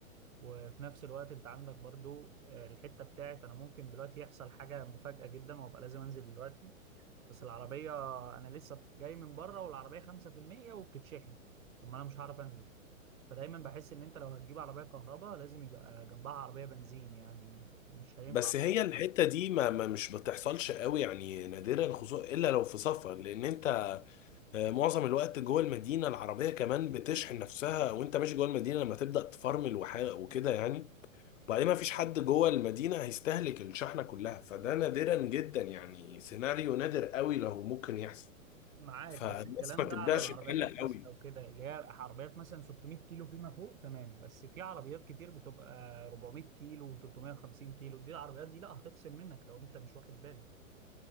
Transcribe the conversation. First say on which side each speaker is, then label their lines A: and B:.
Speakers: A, on the right; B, on the left.
A: وفي نفس الوقت أنت عندك برضو آه، الحتة بتاعت أنا ممكن دلوقتي يحصل حاجة مفاجأة جدا وأبقى لازم أنزل دلوقتي بس العربية أنا لسه جاي من بره والعربية 5% وبتتشحن طب ما أنا مش هعرف أنزل فدايما بحس ان انت لو هتجيب عربيه كهرباء لازم يبقى جنبها عربيه بنزين يعني مش هينفع
B: بس هي الحته دي ما, ما مش بتحصلش قوي يعني نادرا خصوصا الا لو في سفر لان انت آه، معظم الوقت جوه المدينه العربيه كمان بتشحن نفسها وانت ماشي جوه المدينه لما تبدا تفرمل وح- وكده يعني وبعدين ما فيش حد جوه المدينه هيستهلك الشحنه كلها فده نادرا جدا يعني سيناريو نادر قوي لو ممكن يحصل
A: معاك
B: فالناس
A: بس الكلام
B: ما تبداش
A: ده على العربيات
B: تقلق
A: التسلا
B: قوي
A: وكده اللي هي عربيات مثلا 600 كيلو فيما فوق تمام بس في عربيات كتير بتبقى 400 كيلو و350 كيلو دي العربيات دي لا هتفصل منك لو انت مش واخد بالك